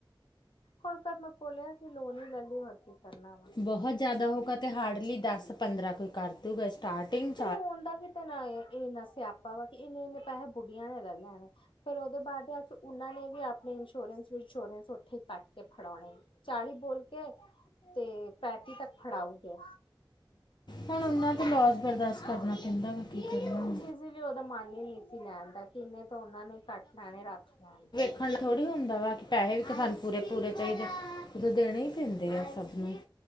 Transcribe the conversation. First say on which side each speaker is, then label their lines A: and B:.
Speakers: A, on the left; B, on the left.
A: ਹੁਣ ਫਿਰ ਮੈਂ ਬੋਲਿਆ ਕਿ ਲੋਨ ਹੀ ਲੈਂਨੀ, ਹੋਰ ਕੀ। ਕਰਨਾ ਵਾ।
B: ਬਹੁਤ ਜ਼ਿਆਦਾ ਹੋਊਗਾ, ਤੇ ਹਾਰਡਲੀ ਦਸ ਪੰਦਰਾਂ ਕੋਈ ਕਰ ਦੂਗਾ ਸਟਾਰਟਿੰਗ,
A: ਤੇ ਲੋਨ ਦਾ ਵੀ ਤਾਂ ਇੰਨਾ ਸਿਆਪਾ ਵਾ, ਕਿ ਇੰਨੇ- ਇੰਨੇ ਪੈਹੈ ਬੁੱਢੀਆਂ ਨੇ ਲੈ ਲੈਣੇ। ਫੇਰ ਉਹਦੇ ਬਾਅਦ ਆ ਉਹਨਾਂ ਨੇ ਵੀ ਆਪਣੇ ਇੰਸ਼ੋਰੈਂਸ ਇੰਸ਼ੋਰੈਂਸ ਉੱਥੇ ਕੱਟ ਤੇ ਫੜਾਉਂਨੇ, ਚਾਲੀ ਬੋਲ ਕੇ ਤੇ ਪੈਂਤੀ ਤੱਕ ਫੜਾਉਗੇ।
B: ਹੁਣ ਉਹਨਾਂ ਦਾ ਲੋਸ ਬਰਦਾਸ਼ਤ ਕਰਨਾ ਪੈਂਦਾ ਵਾ, ਕੀ ਕਰੀਏ ਹੁਣ।
A: ਈਸੀ ਲੀ ਉਹਦਾ ਮਨ ਹੀ ਨਹੀਂ ਸੀ ਲੈਣ ਦਾ, ਕਿ ਇੰਨੇ ਤਾਂ ਉਹਨਾ ਨੇ ਘੱਟ ਲੈਣੇ ਰੱਖ ਲੈਣ।
B: ਰੱਖਣ ਥੋੜ੍ਹੀ ਹੁੰਦਾ ਵੈ, ਕਿ ਪੈਸੇ ਵੀ ਤਾਂ ਸਾਨੂੰ ਪੂਰੇ- ਪੂਰੇ ਚਾਹੀਦੇ ਉੋਂ ਦੇਣੇ ਹੀ ਪੈਂਦੇ ਆ ਸਭ ਨੂੰ।